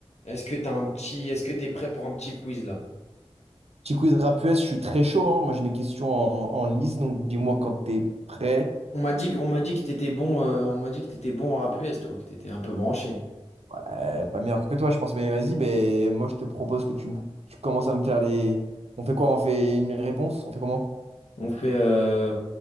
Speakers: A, on the left; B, on the right.
A: Est-ce que t'as un petit, est-ce que t'es prêt pour un petit quiz là?
B: Petit quiz rap US, je suis très chaud. hein. Moi, j'ai mes questions en, en liste, donc dis-moi quand t'es prêt.
A: On m'a dit, que- on m'a dit que t'étais bon, euh, on m'a dit que t'étais bon en rap US, toi, que t'étais un peu branché.
B: Euh, pas meilleur que toi, je pense, mais vas-y. Mais moi, je te propose que tu, m- tu commences à me faire les. On fait quoi? On fait une réponse? On fait comment?
A: On fait euh,